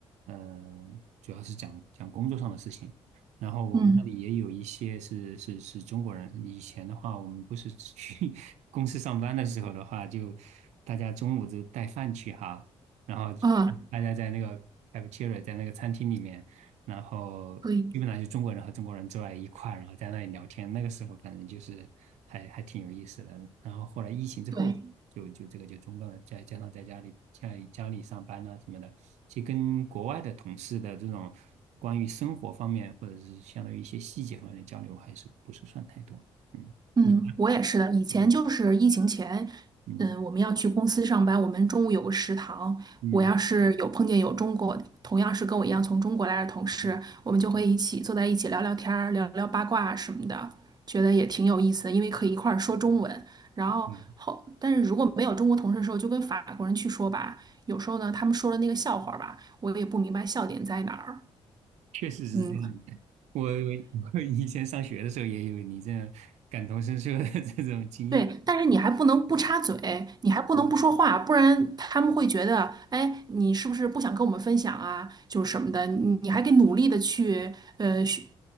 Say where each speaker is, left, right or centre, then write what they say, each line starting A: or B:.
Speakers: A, on the right; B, on the right.
A: 嗯、主要是讲讲工作上的事情。然后我们那里也有一些是是是中国人。
B: 嗯
A: 以前的话，我们不是去 <laughs> 公司上班的时候的话，就大家中午就带饭去哈，然后
B: 啊，
A: 大家在那个 cafeteria，在那个餐厅里面。然后基本上就中国人和中国人坐在一块儿然后在那里聊天。
B: 可以，
A: 那个时候反正就是还还挺有意思的。然后后来疫情之后就就这个就中断了，
B: 对，
A: 再加上在家里家里家里上班啊什么的，其实跟国外的同事的这种关于生活方面或者是相当于一些细节方面的交流还是不是算太多。嗯，
B: 嗯，
A: 你
B: 我也是的。以前就是疫情前，
A: 嗯嗯
B: 嗯，我们要去公司上班，我们中午有个食堂。
A: 嗯
B: 我要是有碰见有中国，同样是跟我一样从中国来的同事，
A: 嗯，
B: 我们就会一起坐在一起聊聊天儿、聊聊八卦啊什么的，觉得也挺有意思的，因为可以一块儿说中文。然后后，
A: 对，
B: 但是如果没有中国同事的时候，就跟法国人去说吧。有时候呢，他们说的那个笑话吧，我也不明白笑点在哪儿。
A: 确实是这样的。
B: 嗯。
A: 我我以前上学的时候也有你这样感同身受的这种经验。
B: 对，但是你还不能不插嘴，你还不能不说话，
A: 嗯
B: 不然他们会觉得，哎，你是不是不想跟我们分享啊？就是什么的，你你还得努力的去，呃，去